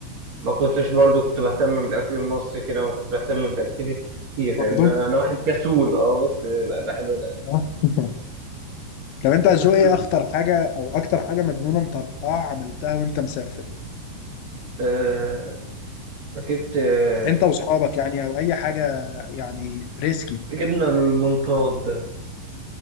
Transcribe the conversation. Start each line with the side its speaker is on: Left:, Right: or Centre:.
Right: ما كنتش برضو كنت بهتم بالاكل المصري كده ما كنت بهتم بالاكتيفيتيز كتير
Left: برضه
Right: لان انا واحد كسول اه بس ب- بحب الاكل
Left: آه. <laughs> طب انت جو
Right: كسول
Left: ايه اخطر حاجه او اكتر حاجه مجنونه مطرقعه عملتها وانت مسافر
Right: آه ركبت آه
Left: انت واصحابك يعني او اي حاجه يعني ريسكي
Right: ركبنا المنطاد ده